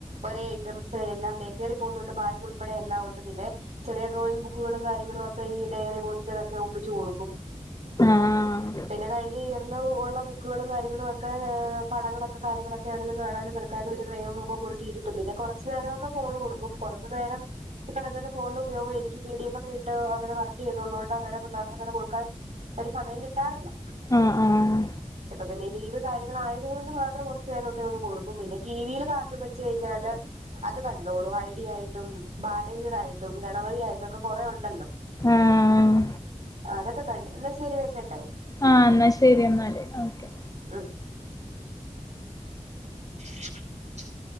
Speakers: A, on the right; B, on the left.
A: ഒരേ ഐറ്റംസെല്ലാം ഡേകയറി പോകുന്നുണ്ട് ബാഗുൾപ്പെടെയെല്ലാവുണ്ട് പിന്നെ ചെറിയ ഡ്രോയിങ് ബുക്കുകളും കാര്യങ്ങളുവൊക്കെ ഈ ഡയറി പോലത്തെതൊക്കെ ഒപ്പിച്ച് കൊടുക്കും
B: ആഹ്
A: പിന്നെ കഴിഞയ്ഞ ന്ന് ഒള്ള ബുക്കുകളും കാര്യങ്ങളുവൊക്കെ പടങ്ങളൊക്കെ കാര്യങ്ങളൊക്കെണെങ്കിലും കാണാനും പെറക്കാനും ഒരു ക്രയോണൊക്കെ കൊടുത്തിരുത്തും പിന്നെ കുറച്ചു നേരമൊക്കെ ഫോണ് കൊടുക്കും കുറച്ചു നേരം ഈ പറയന്നപോലെ ഫോണില് ഉപയോഗവും എനിക്ക് പി ഡി എഫൊക്കെയിട്ട് അങ്ങനെ വർക്കെയ്യുന്നുള്ളോണ്ട് അങ്ങനെ പിള്ളേർക്കങ്ങനെ കൊടുക്കാൻ ഒരു സമയം കിട്ടാറില്ല
B: ആഹ് ആഹ്
A: ഇപ്പൊ പിന്നെ ലീവ് കാര്യങ്ങളെക്കെ ആയത് കൊണ്ട് മാത്രം കുറച്ചു നേരയൊക്കെയൊന്ന് കൊടുക്കും പിന്നെ ടിവിയിൽ കാർട്ടൂൺ വെച്ച് കഴിഞ്ഞാല് അത് കണ്ടോളും ഐഡിയായിട്ടും, ബാലവീറായിട്ടും, ഗണപതിയായിട്ടും, ഇതൊക്കെ കൊറെയുണ്ടല്ലോ
B: ആഹ്
A: ആ അതൊക്കെ കണ്ട് ഇന്നാ ശരി വെക്കട്ടെ?
B: ആഹ് ഇന്നാ ശരിയെന്നാല് ഓക്കേ
A: ഉം <inaudible>